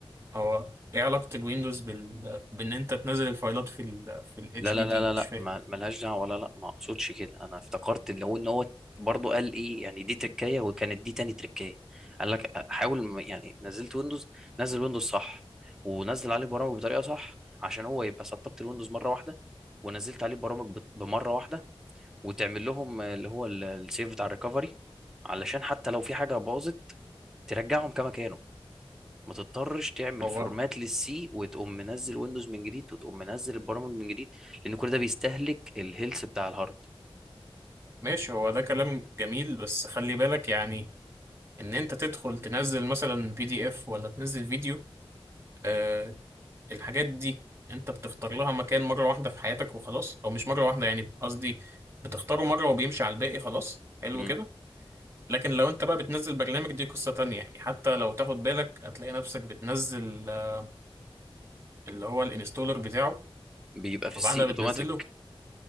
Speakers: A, on the right (about 25°); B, in the centre.
A: هو ايه علاقه الويندوز بال بان انت تنزل الفايلات في ال في الاتش
B: لا لا
A: دي
B: لا
A: دي
B: لا
A: مش
B: لا
A: فاهم
B: ما- ملهاش دعوه ولا لا ما اقصدش كده انا افتكرت اللي هو ان هو برضه قال ايه يعني دي تركايه وكانت دي تاني تركايه قال لك حاول م- يعني نزلت ويندوز نزل ويندوز صح ونزل عليه برامج بطريقه صح عشان هو يبقى سطبت الويندوز مره واحده ونزلت عليه برامج بت- بمره واحده وتعمل لهم اللي هو ال- السيف بتاع الريكفري علشان حتى لو في حاجه باظت ترجعهم كما كانوا ما تضطرش تعمل
A: هو
B: فورمات للسي وتقوم منزل ويندوز من جديد وتقوم منزل البرامج من جديد لان كل ده بيستهلك الهيلث بتاع الهارد
A: ماشي هو ده كلام جميل بس خلي بالك يعني ان انت تدخل تنزل مثلا بي دي اف ولا تنزل فيديو آه الحاجات دي انت بتختار لها مكان مرة واحدة في حياتك وخلاص او مش مرة واحدة يعني قصدي بتختاره مرة وبيمشي على الباقي خلاص حلو
B: مم.
A: كده لكن لو انت بقى بتنزل برنامج دي قصة تانية يعني حتى لو تاخد بالك هتلاقي نفسك بتنزل آه، اللي هو الانستولر بتاعه
B: بيبقى في
A: وبعدها
B: السي
A: بتنزله
B: اوتوماتيك